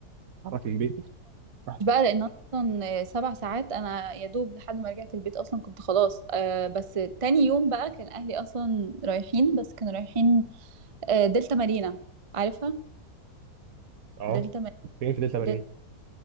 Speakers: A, on the right; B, on the right.
A: اتحرك من بيتي رحت
B: مش بقى لان اصلا سبع ساعات انا يا دوب لحد ما رجعت البيت اصلا كنت خلاص آه، بس تاني يوم بقى كان اهلي اصلا رايحين بس كانوا رايحين آه، دلتا مارينا عارفها
A: اه
B: دلتا مارينا
A: كنت فين في دلتا مارين
B: دل...